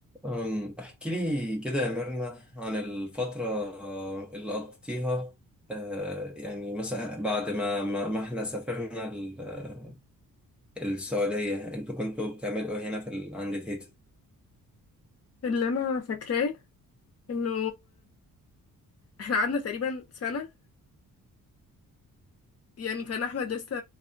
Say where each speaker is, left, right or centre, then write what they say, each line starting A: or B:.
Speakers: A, in the centre; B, on the left.
A: أم، احكي لي كده يا ميرنا عن الفترة آه، اللي قضيتيها آه، يعني مثلا بعد ما ما ما احنا سافرنا ال- آه، السعودية انتوا كنتوا بتعملوا إيه هنا في ال- عند تيتا
B: اللي انا فاكراه انه احنا قعدنا تقريبا سنة يعني كان احمد لسه